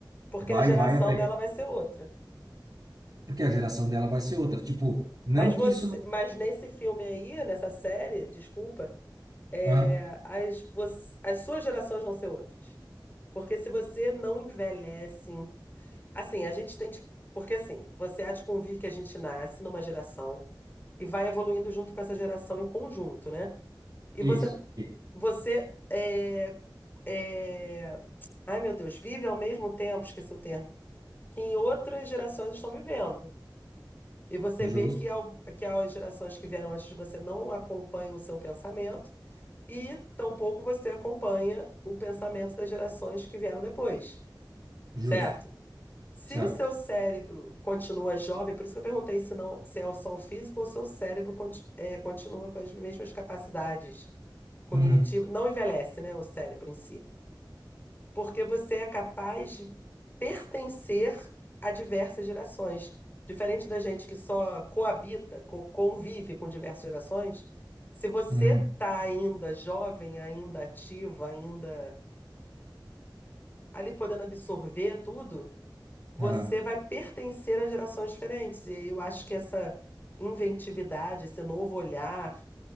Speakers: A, on the left; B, on the right.
A: Porque
B: vai,
A: a geração
B: vai até
A: dela
B: que-
A: vai ser outra.
B: porque a geração dela vai ser outra. Tipo, não
A: Mas você,
B: que isso não...
A: mas nesse filme aí, nessa série, desculpa, é,
B: Aham,
A: as, você- as suas gerações vão ser outras. Porque se você não envelhece, assim, a gente tem, de- porque assim, você há de convir que a gente nasce numa geração e vai evoluindo junto com essa geração em conjunto, né? E
B: isso,
A: você,
B: isso.
A: você é, é, ai meu Deus, vive ao mesmo tempo, esqueci o termo, que em outras gerações estão vivendo. E você
B: Justo,
A: vê que, al- que as gerações que vieram antes de você não acompanham o seu pensamento e tampouco você acompanha o pensamento das gerações que vieram depois,
B: justo,
A: certo? Se
B: certo.
A: o seu cérebro continua jovem, por isso que eu perguntei se não, se é só o físico ou se o seu cérebro conti- eh, continua com as mesmas capacidades cognitivas,
B: Uhum,
A: não envelhece, né, o cérebro em si. porque você é capaz de pertencer a diversas gerações. Diferente da gente que só coabita, co- convive com diversas gerações, se você
B: uhum,
A: está ainda jovem, ainda ativa, ainda ali podendo absorver tudo, você
B: aham.
A: vai pertencer a gerações diferentes. E eu acho que essa inventividade, esse novo olhar,